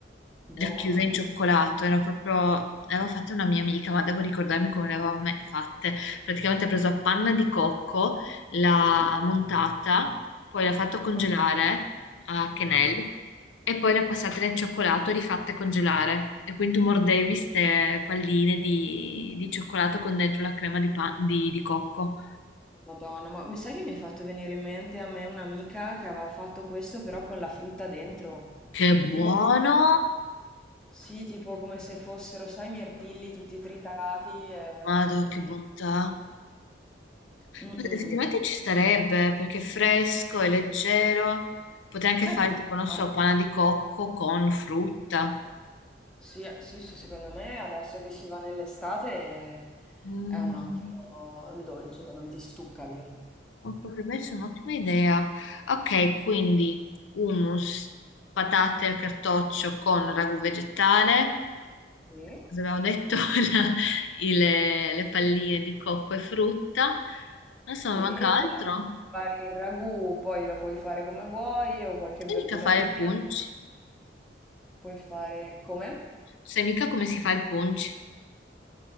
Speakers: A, in the centre; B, on the left.
A: Buone!
B: racchiuse in cioccolato. Era proprio, le avevo fatte una mia amica, ma devo ricordarmi come le avevamo me- fatte. Praticamente ha preso a panna di cocco, l'ha
A: Sì,
B: montata, poi l'ha fatto congelare
A: ok.
B: a quenelle
A: Ah.
B: e poi l'ha passata nel cioccolato e rifatte congelare. E quindi tu mordevi queste palline di, di cioccolato con dentro la crema di, pa- di di cocco.
A: Madonna, ma mi sai che mi hai fatto venire in mente a me un'amica che aveva fatto questo però con la frutta dentro?
B: Che buono!
A: Tipo come, sì, tipo come se fossero, sai, i mirtilli tutti tritati e...
B: Madò, che
A: e-
B: bontà!
A: Mm,
B: Ma
A: mm,
B: Effettivamente
A: mm.
B: ci starebbe perché è fresco, è leggero. Potrei anche
A: Beh,
B: fare
A: potrebbe
B: tipo, non
A: farlo.
B: so, panna di cocco con frutta.
A: Sì, eh, sì, sì, secondo me adesso che si va nell'estate è
B: Mm,
A: è
B: mm,
A: un
B: mm.
A: ottimo dolce, non ti stucca via.
B: Eh, Potrebbe essere un'ottima idea. Ok, quindi hummus, patate al cartoccio con ragù vegetale.
A: Sì?
B: Cosa abbiamo detto? <laughs> La- i- le, le palline di cocco e frutta. Non so,
A: Sì,
B: mi manca altro?
A: guarda, fai il ragù, poi lo puoi fare come vuoi o qualche
B: sai
A: verdura
B: mica fare
A: ripiena.
B: il punch?
A: Puoi fare come?
B: Sai mica come si fa il punch?